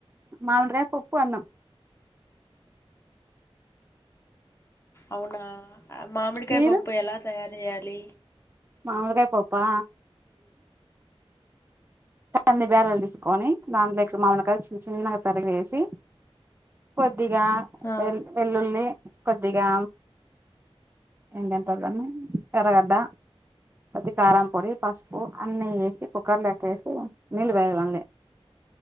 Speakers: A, on the right; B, on the left.
A: మామిడికాయ పప్పు అన్నం
B: అవునా మామిడికాయ
A: మీరు
B: పప్పు ఎలా తయారు చేయాలి
A: మామిడికాయపప్పా ంది బ్యాల తీసుకొని దాంట్లోకి మామిడికాయలు చిన్న చిన్నగా తరిగు వేసి కొద్దిగా
B: ఆ
A: వె వెల్లుల్లి కొద్దిగా ఎకంట వాళ్ళని ఎ్రగడ్డ అ కారంపొడి పసుపు అన్నీ వేసి కుక్కర్లో ఎక్కేసి నీళ్ళు వేయాలడి